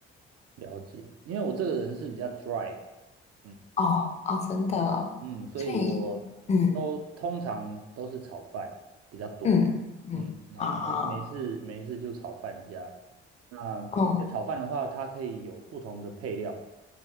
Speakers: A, on the right; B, on the left.
A: 了解，因为我这个人是比较 dry，嗯，
B: 哦哦，真的哦，
A: 嗯，所以我都通常都是炒饭比较多。
B: 所以。嗯，嗯嗯啊啊，
A: 嗯，那没没事没事就炒饭加。那因为炒饭的话，
B: 哦
A: 它可以有不同的配料，